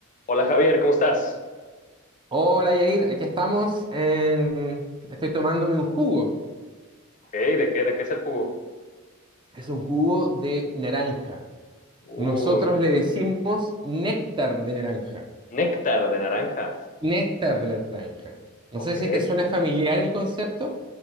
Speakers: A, on the left; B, on the right.
A: Hola Javier, ¿cómo estás?
B: Hola Yair, aquí estamos en... Estoy tomándome un jugo.
A: Ok, ¿de qué, de qué es el jugo?
B: Es un jugo de naranja.
A: Uh,
B: Nosotros le decimos néctar de naranja.
A: néctar de naranja.
B: Néctar de naranja. No
A: Ok.
B: sé si te suena familiar el concepto.